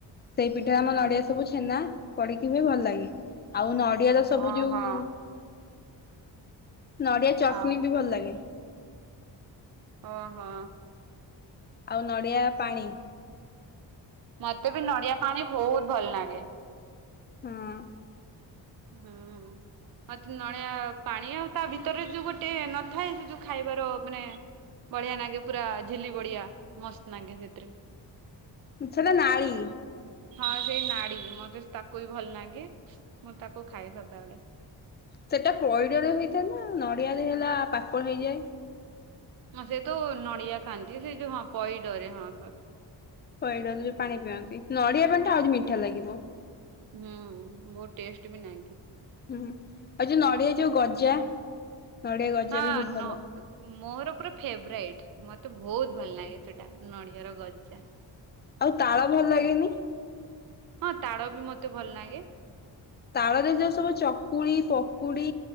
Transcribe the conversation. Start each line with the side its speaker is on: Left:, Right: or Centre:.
Left: ସେଇ ପିଠା ଆମ ନଡ଼ିଆ ସବୁ ଛେନା ପଡିକି ହୁଏ ଭଲ ଲାଗେ ଆଉ ନଡ଼ି ନଡ଼ିଆ ତ ସବୁ
Right: ଓହୋ
Left: ଯୋଉ ନଡ଼ିଆ ଚଟଣି
Right: ଆଉ
Left: ବି ଭଲ ଲାଗେ।
Right: ହଁ ହଁ।
Left: ଆଉ ନଡ଼ିଆ ପାଣି
Right: ମତେ ବି ନଡିଆ ପାଣି ବହୁତ ଭଲ ଲାଗେ।
Left: ହଁ
Right: ହୁଁ। ମତେ ନଡିଆ ପାଣି ଆଉ ତା ଭିତରେ ଯୋଉ ଗୋଟେ ନଥାଏ ସେ ଯୋଉ ଖାଇବାର ମାନେ ବଢିଆ ଲାଗେ ପୁରା ଝିଲି ବଢିଆ ମସ୍ତ ଲାଗେ ସେଥିରେ।
Left: ସେଇଟା ନାଳି।
Right: ହଁ ସେଇ ନାଡ଼ି ମତେ ତାକୁ ବି ଭଲ ଲାଗେ ମୁଁ ତାକୁ ଖାଏ ସଦାବେଳେ।
Left: ସେଇଟା ପଇଡରେ ହେଇଥାଏ ନା ନଡିଆରେ ହେଲା ପାକଳ ହେଇଯାଏ।
Right: ହଁ ସେ ତ ନଡିଆ ଖାଆନ୍ତି ସେ ଯୋଉ ହଁ ପଇଡରେ ହଁ ସରି ।
Left: ପଇଡ ଯୋଉ ପାଣି ପିଅନ୍ତି ନଡିଆ ପାଣି ଟା ଆହୁରି ମିଠା ଲାଗିବ।
Right: ହୁଁ ବହୁତ ଟେଷ୍ଟ ବି ନାଗେ।
Left: ହୁଁ ଆଉ ଯୋଉ ନଡ଼ିଆ ଯୋଉ ଗଜା? ନଡିଆ ଗଜା
Right: ହଁ
Left: ବି ବହୁତ ଭଲ
Right: ନ ମୋର ପୁରା ଫେବରାଇଟ ମତ ତ ବହୁତ ଭଲ ଲାଗେ ସେଟା ନଡ଼ିଆର ଗଜା।
Left: ଆଉ ତାଳ ଭଲ ଲାଗେନି?
Right: ହଁ ତାଳ ବି ମତେ ଭଲ ଲାଗେ।
Left: ତାଳରେ ଯୋଉ ସବୁ ଚ କୁଳି, ପକୁଡି